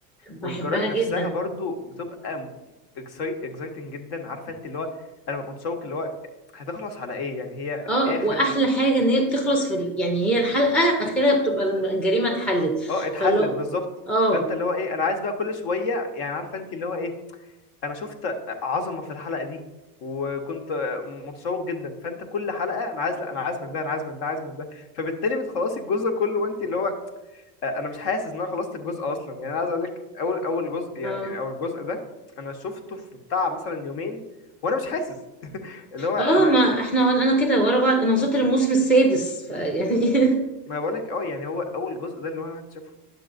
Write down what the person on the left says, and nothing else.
والجرائم نفسها
برضو بتبقى اكسايت اكسايتنج جدا عارفه انت اللي هو انا ببقى متشوق اللي هو هتخلص على ايه يعني هي
ايه اخرتها
اه اتحلت
بالظبط
فانت اللي هو ايه انا عايز بقى كل شويه يعني عارفه انت اللي هو ايه انا شفت عظمه في الحلقه دي وكنت م- متشوق جدا فانت كل حلقه انا عايز لا انا عايز من ده انا عايز من ده عايز من ده فبالتالي بتخلصي الجزء كله وانت اللي هو انا مش حاسس ان انا خلصت الجزء اصلا يعني انا عايز اقول لك اول اول جزء يعني
او الجزء ده انا شفته في بتاع مثلا يومين وانا مش حاسس <laughs> اللي هو انا
ما بقول لك اه يعني هو اول جزء ده اللي هو الواحد شافه